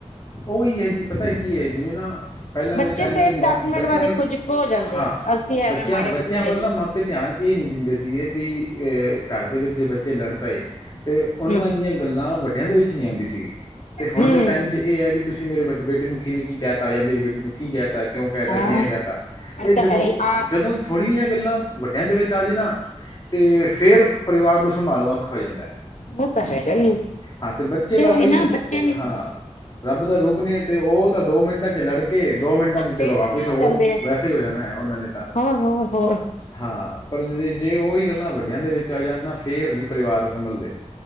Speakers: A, on the left; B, on the left.
A: ਉਈ ਐ ਜੀ ਪਤਾ ਏ ਕੀ ਏ ਜਿਵੇ ਨਾ ਪਹਿਲਾਂ
B: ਬੱਚੇ
A: ਦੇ ਟੈਮ
B: ਫੇਰ
A: 'ਚ
B: ਦਸ
A: ਮਾ
B: ਮਿੰਟ
A: ਬੱਚਿਆਂ
B: ਬਾਅਦ ਇੱਕੋ ਜਿੱਕੋ ਹੋ ਜਾਂਦੇ
A: ਹਾਂ
B: ਆ ਅਸੀਂ ਐਵੇਂ
A: ਬੱਚਿਆਂ
B: ਮਾੜੇ
A: ਬੱਚਿਆਂ
B: ਬਣੇ ਜਾਈ
A: ਵੱਲ ਨਾ ਮਾਪ ਤੇ ਧਿਆਨ ਇਹ ਨੀ ਦਿੰਦੇ ਸੀਗੇ ਬੀ, ਏ ਘਰ ਦੇ ਵਿੱਚ ਜੇ ਬੱਚੇ ਲੜ ਪਏ ਤੇ ਉਹਨਾਂ
B: ਹਮ
A: ਦੀਆਂ ਗੱਲਾਂ ਵੱਡਿਆਂ ਦੇ ਵਿੱਚ ਨੀ ਆਉਂਦੀ ਸੀਗੀ ਤੇ ਹੁਣ
B: ਹਮ
A: ਦੇ ਟੈਮ ਇਹ ਐ ਵੀ ਤੁਸੀਂ ਮੇਰੇ ਵੱਡੇ ਬੇਟੇ ਨੂੰ ਕਿਵੇਂ ਕੀ ਕਹਿਤਾ ਯਾ ਮੇਰੀ ਬੇਟੀ ਨੂੰ ਕੀ ਕਹਿ ਤਾ, ਕਿਉਂ ਕਹਿ ਤਾ,
B: ਹਾਂ
A: ਕਿਵੇਂ ਕਹਿ ਤਾ, ਇਹ
B: ਉਹ
A: ਜਦੋਂ
B: ਤਾਂ ਹੈ ਹੀ ਆ
A: ਜਦੋਂ ਥੋੜ੍ਹੀ ਜੀਆਂ ਗੱਲਾਂ ਵੱਡਿਆਂ ਦੇ ਵਿੱਚ ਆ ਜੇ ਨਾ ਤੇ ਫੇ਼ਰ ਪਰਿਵਾਰ ਨੂੰ ਸੰਭਾਲਣਾ ਔਖਾ ਹੋ ਜਾਂਦੈ।
B: ਉਹ ਤਾਂ ਹੈਗਾ ਹੀ
A: ਹਾਂ ਤੇ ਬੱਚੇ ਦਾ
B: ਹੋਈ
A: ਉਹੀ
B: ਨਾ ਬੱਚੇ ਨੀ ਸਹਿਣ
A: ਹਾਂ ਰੱਬ ਦਾ ਰੂਪ ਨੇ ਤੇ ਓ ਤਾਂ ਦੋ ਮਿੰਟਾਂ 'ਚ ਲੜਕੇ ਦੋ ਮਿੰਟਾਂ 'ਚ
B: ਫੇਰ
A: ਚਲੋ ਵਾਪਿਸ
B: ਉਵੇਂ ਹੋ
A: ਉਹ
B: ਜਾਂਦੇ ਆ
A: ਵੈਸੇ ਹੀ ਹੋ ਜਾਣੈ, ਉਹਨਾਂ ਨੇ ਤਾਂ
B: ਹੋਰ ਹੋਰ ਹੋਰ
A: ਹਾਂ। ਪਰ ਜੇ ਉਹੀ ਗੱਲਾਂ ਵੱਡਿਆਂ ਦੇ ਵਿੱਚ ਆ ਜਾਣ ਨਾ ਫ਼ੇਰ ਨੀ ਪਰਿਵਾਰ ਸੰਭਲਦੇ